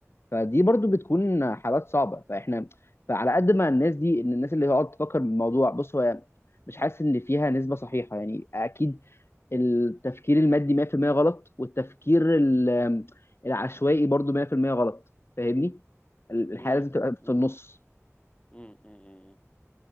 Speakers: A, on the left; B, on the left.
A: فدي برضو بتكون حالات صعبة فإحنا فعلى قد ما الناس دي إن الناس اللي هتقعد تفكر بالموضوع بص هو مش حاسس إن فيها نسبة صحيحة يعني أكيد التفكير المادي 100% غلط والتفكير ال- العشوائي برضو 100% غلط فاهمني ال- الحياة
B: مم.
A: لازم تبقى
B: مم.
A: في النص
B: مم. مم.